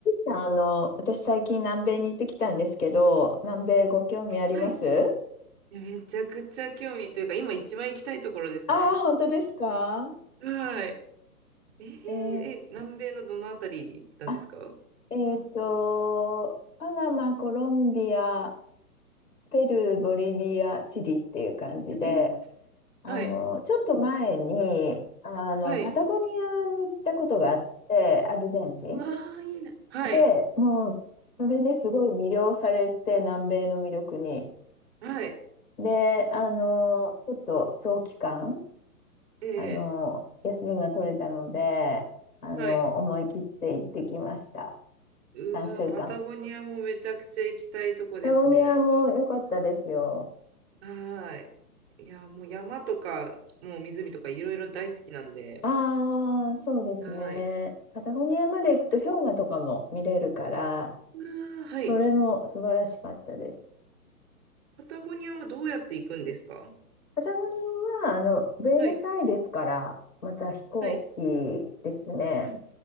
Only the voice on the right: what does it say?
はい。いやめちゃくちゃ興味というか、今一番行きたいところですね。
はい。えー、
え南米のどのあたり行ったんですか
えー、
はい。
はい。
うわー、いいな。はい。
はい。
え
ー、はい。
うわー、
パタゴニアもめちゃくちゃ行きたいとこですね。
はーい。いや、もう山とか、もう湖とかいろいろ大好きなんで。
はい。
うわー、はい。
パタゴニアはどうやって行くんですか
はい。
はい。うん、